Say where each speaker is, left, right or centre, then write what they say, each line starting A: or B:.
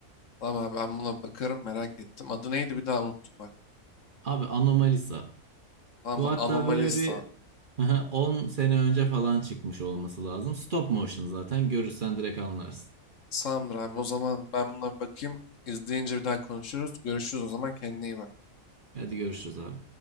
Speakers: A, on the left; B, on the right.
A: Tamam abi ben buna bakarım merak ettim. Adı neydi bir daha unuttum bak.
B: Abi Anomalisa.
A: Tamam
B: Bu
A: mı?
B: hatta
A: Anomalisa.
B: böyle bir <laughs> 10 sene önce falan çıkmış olması lazım. Stop motion zaten görürsen direkt anlarsın.
A: Tamamdır abi o zaman ben buna bir bakayım. İzleyince bir daha konuşuruz. Görüşürüz o zaman kendine iyi bak.
B: Hadi görüşürüz abi.